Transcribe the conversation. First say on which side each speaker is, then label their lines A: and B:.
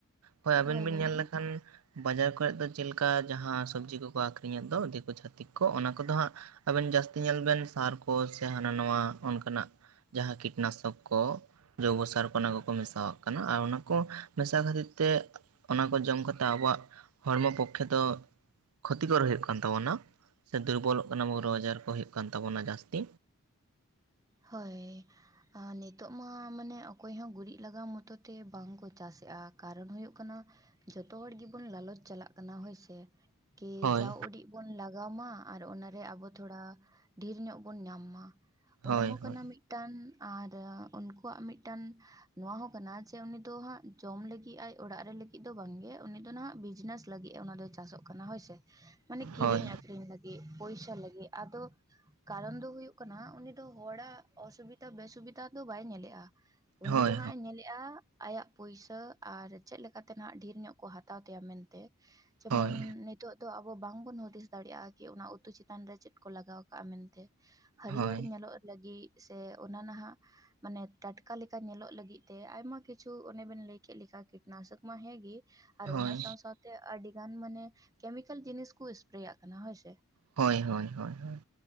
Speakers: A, on the right; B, on the right.
A: ᱦᱚᱭ ᱟᱹᱵᱤᱱ
B: ᱦᱳᱭ
A: ᱵᱤᱱ
B: ᱞᱟᱹᱭ
A: ᱧᱮᱞ
B: ᱵᱮᱱ
A: ᱞᱮᱠᱷᱟᱱ <unintelligible> ᱵᱟᱡᱟᱨ ᱠᱚᱨᱮᱫ ᱫᱚ ᱪᱮᱫ ᱞᱮᱠᱟ ᱡᱟᱦᱟᱸ ᱥᱚᱵᱽᱡᱤ ᱠᱚᱠᱚ ᱟᱠᱷᱨᱤᱧ ᱮᱫ ᱫᱚ ᱫᱤᱠᱩ ᱪᱷᱟᱛᱤᱠ ᱠᱚ ᱚᱱᱟ ᱠᱚᱫᱚ ᱦᱟᱸᱜ ᱟᱵᱮᱱ ᱡᱟᱹᱥᱛᱤ ᱧᱮᱞ ᱵᱮᱱ ᱥᱟᱨ ᱠᱚ ᱥᱮ ᱦᱟᱱᱟ ᱱᱟᱣᱟ ᱚᱱᱠᱟᱱᱟᱜ ᱡᱟᱦᱟᱸ ᱠᱤᱴᱱᱟᱥᱚᱠ ᱠᱚ ᱡᱳᱵᱚ ᱥᱟᱨ ᱠᱚ ᱚᱱᱟ ᱠᱚᱠᱚ ᱢᱮᱥᱟᱣᱟᱜ ᱠᱟᱱᱟ ᱟᱨ ᱚᱱᱟ ᱠᱚ ᱢᱮᱥᱟ ᱠᱷᱟᱹᱛᱤᱨ ᱛᱮ ᱚᱱᱟ ᱠᱚ ᱡᱚᱢ ᱠᱟᱛᱮ ᱟᱵᱚᱣᱟᱜ ᱦᱚᱲᱢᱚ ᱯᱚᱠᱠᱷᱮ ᱫᱚ ᱠᱷᱚᱛᱤᱠᱚᱨ ᱦᱩᱭᱩᱜ ᱠᱟᱱ ᱛᱟᱵᱚᱱᱟ ᱥᱮ ᱫᱩᱨᱵᱚᱞᱚᱜ ᱠᱟᱱᱟ ᱵᱚ ᱨᱚᱜᱽ ᱟᱡᱟᱨ ᱠᱚ ᱦᱩᱭᱩᱜ ᱠᱟᱱ ᱛᱟᱵᱚᱱᱟ ᱡᱟᱹᱥᱛᱤ
B: ᱦᱳᱭ ᱱᱤᱛᱚᱜ ᱢᱟ ᱢᱟᱱᱮ ᱚᱠᱚᱭ ᱦᱚᱸ ᱜᱩᱨᱤᱡ ᱞᱟᱜᱟᱣ ᱢᱚᱛᱚ ᱛᱮ ᱵᱟᱝᱠᱚ ᱪᱟᱥ ᱮᱜᱼᱟ ᱠᱟᱨᱚᱱ ᱦᱩᱭᱩᱜ ᱠᱟᱱᱟ ᱡᱚᱛᱚ ᱦᱚᱲ ᱜᱮᱵᱚᱱ ᱞᱟᱞᱚᱪ ᱪᱟᱞᱟᱜ ᱠᱟᱱᱟ ᱦᱳᱭᱥᱮ ᱠᱤ
A: ᱦᱳᱭ
B: ᱡᱟᱣ ᱩᱰᱤᱡ ᱵᱚᱱ ᱞᱟᱜᱟᱣ ᱢᱟ ᱟᱨ ᱚᱱᱟᱨᱮ ᱟᱵᱚ ᱛᱷᱚᱲᱟ ᱰᱷᱤᱨ ᱧᱚᱜ ᱵᱚᱱ ᱧᱟᱢ ᱢᱟ ᱾
A: ᱦᱳᱭ
B: ᱚᱱᱟ ᱦᱚᱸ
A: ᱦᱳᱭ
B: ᱠᱟᱱᱟ ᱢᱤᱫᱴᱟᱝ ᱟᱨ ᱩᱱᱠᱩᱣᱟᱜ ᱢᱤᱫᱴᱟᱝ ᱾ ᱱᱚᱣᱟ ᱦᱚᱸ ᱠᱟᱱᱟ ᱡᱮ ᱩᱱᱤ ᱫᱚ ᱦᱟᱸᱜ ᱡᱚᱢ ᱞᱟᱹᱜᱤᱫ ᱟᱡ ᱚᱲᱟᱜ ᱨᱮ ᱞᱟᱹᱜᱤᱫ ᱫᱚ ᱵᱟᱝᱜᱮ ᱩᱱᱤ ᱫᱚ ᱱᱟᱦᱟᱜ ᱵᱤᱡᱱᱮᱥ ᱞᱟᱹᱜᱤᱫ ᱮ ᱚᱱᱟ ᱫᱚᱭ ᱪᱟᱥᱚᱜ ᱠᱟᱱᱟ ᱦᱳᱭ ᱥᱮ ᱾ ᱢᱟᱱᱮ ᱠᱤᱨᱤᱧ
A: ᱦᱳᱭ
B: ᱟᱠᱷᱨᱤᱧ ᱞᱟᱹᱜᱤᱫ ᱯᱚᱭᱥᱟ ᱞᱟᱹᱜᱤᱫ ᱟᱫᱚ ᱠᱟᱨᱚᱱ ᱫᱚ ᱦᱩᱭᱩᱜ ᱠᱟᱱᱟ ᱫᱚ ᱦᱚᱲᱟᱜ ᱚᱥᱩᱵᱤᱫᱟ ᱵᱮᱥᱩᱵᱤᱫᱟ ᱫᱚ ᱵᱟᱭ ᱧᱮᱞᱮᱜᱼᱟ ᱩᱱᱤ
A: ᱦᱳᱭ
B: ᱫᱚ ᱦᱟᱸᱜ ᱮ ᱧᱮᱞᱮ <inaudible> ᱟᱭᱟᱜ ᱯᱩᱭᱥᱟᱹ ᱟᱨ ᱪᱮᱫ ᱞᱮᱠᱟᱛᱮ ᱱᱟᱦᱟᱜ ᱰᱷᱮᱨ ᱧᱚᱜ ᱠᱚ ᱦᱟᱛᱟᱣ ᱛᱟᱭᱟ ᱢᱮᱱᱛᱮ ᱾ ᱡᱮᱢᱚᱱᱻ
A: ᱦᱳᱭ ᱦᱳᱭ
B: ᱱᱤᱛ ᱾ ᱱᱤᱛᱚᱜ ᱫᱚ ᱟᱵᱚ ᱵᱟᱝᱵᱚᱱ ᱦᱩᱫᱤᱥ ᱫᱟᱲᱮᱭᱟᱜᱼᱟ ᱠᱤ ᱚᱱᱟ ᱩᱛᱩ ᱪᱮᱛᱟᱱ ᱨᱮ ᱪᱮᱫ ᱠᱚ ᱞᱟᱜᱟᱣ ᱠᱟᱜᱼᱟ ᱢᱮᱱᱛᱮ ᱦᱟᱹᱨᱭᱟᱹᱲ
A: ᱦᱳᱭ
B: ᱧᱮᱞᱚᱜ ᱞᱟᱹᱜᱤᱫ ᱥᱮ ᱚᱱᱟ ᱱᱟᱦᱟᱜ ᱢᱟᱱᱮ ᱴᱟᱴᱠᱟ ᱞᱮᱠᱟ ᱧᱮᱞᱚᱜ ᱞᱟᱹᱜᱤᱫ ᱛᱮ ᱟᱭᱢᱟ ᱠᱤᱪᱷᱩ ᱚᱱᱮ ᱵᱮᱱ ᱞᱟᱹᱭ ᱠᱮᱫ ᱞᱮᱠᱟ ᱠᱤᱴᱱᱟᱥᱚᱠ ᱢᱟ ᱦᱮᱸᱜᱮ ᱟᱨ
A: ᱦᱳᱭ
B: ᱚᱱᱟ ᱥᱟᱶ ᱥᱟᱶᱛᱮ ᱟᱹᱰᱤ ᱜᱟᱱ ᱢᱟᱱᱮ ᱠᱮᱢᱤᱠᱮᱞ ᱡᱤᱱᱤᱥ ᱠᱚ ᱥᱯᱨᱮᱭᱟᱜ ᱠᱟᱱᱟ ᱦᱳᱭᱥᱮ
A: ᱦᱳᱭ ᱦᱳᱭ ᱦᱳᱭ ᱦᱳᱭ